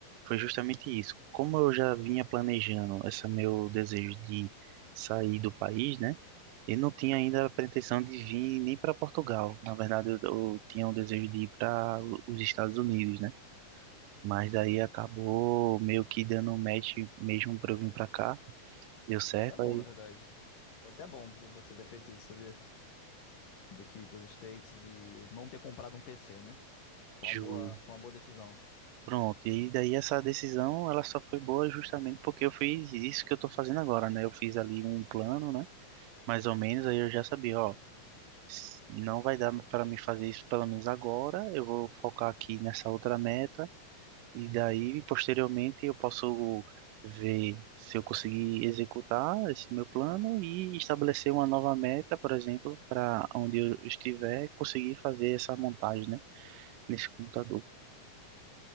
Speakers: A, on the right; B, on the left.
A: foi justamente isso. Como eu já vinha planejando esse meu desejo de sair do país, né? Eu não tinha ainda a pretensão de vir nem para Portugal. Na verdade, eu, eu tinha um desejo de ir para os Estados Unidos, né? Mas daí acabou meio que dando um match mesmo para eu vir para cá. Deu certo,
B: Foi até bom,
A: aí
B: na verdade. Foi até bom você ter feito isso, sabia? Do que ir pros States e não ter comprado um PC, né? Foi
A: Ju.
B: uma boa, foi uma boa decisão.
A: Pronto, e daí essa decisão ela só foi boa justamente porque eu fiz isso que eu tô fazendo agora, né? Eu fiz ali um plano, né? mais ou menos, aí eu já sabia, ó, s- não vai dar para mim fazer isso pelo menos agora, eu vou focar aqui nessa outra meta, e daí, posteriormente, eu posso ver se eu conseguir executar esse meu plano e estabelecer uma nova meta, por exemplo, para onde eu estiver, conseguir fazer essa montagem, né, nesse computador.